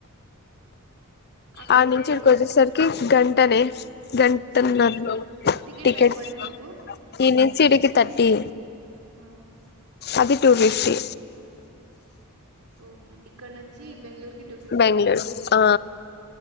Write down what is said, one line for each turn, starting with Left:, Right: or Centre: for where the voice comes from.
Right: అక్కడికి
Left: ఆ నుంచి ఇడికి
Right: ఎంత
Left: వచ్చేసరికి గంటనే గంటన్నర్
Right: టిక్ టికెట్లు
Left: టికెట్
Right: ఎంత పడింది చెప్పు
Left: ఈ నుంచి ఇడికి థర్టీ
Right: అ
Left: అది టూఫిఫ్టీ
Right: ఉమ్ ఇక్కనుంచి బెంగళూరుకి టూ ఫిఫ్టీనా
Left: బెంగళూరు ఆ